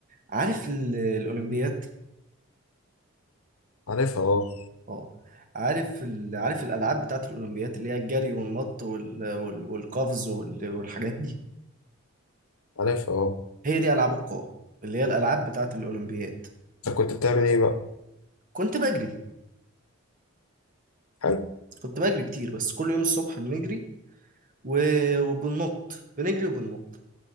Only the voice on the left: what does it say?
عارفها اه
عارفها اه
انت كنت بتعمل ايه بقى
حلو